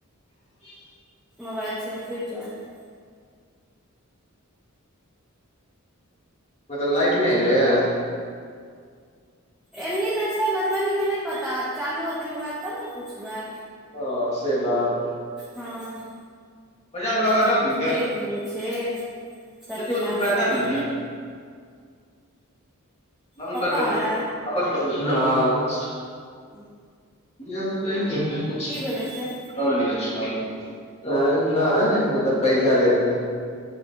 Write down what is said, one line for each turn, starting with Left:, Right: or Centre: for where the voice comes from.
Left: <inaudible>
Centre: मोबाइल छै स्विच ऑफ।
Left: मतलब लाइट नहि एलैए।
Centre: एनी तऽ छै मधुबनी मे नहि पता आब चालू होतै मोबाइल तब न पुछबै।
Left: ओ से बात।
Centre: हँ
Left: पचास
Centre: लाइट
Left: रुपया
Centre: छै कि नहि छै। कथि
Left: ओकरा दऽ दियौ बेटी बेटी
Centre: लेऽ
Left: पैसा
Centre: नहि भेलै।
Left: ले लियौ <unintelligible>
Centre: पप्पा है
Left: हॅं।
Centre: हूँ।
Left: <unintelligible> <unintelligible> आँय
Centre: भेलै से
Left: नहि मतलब पैसा दिया कहलियै।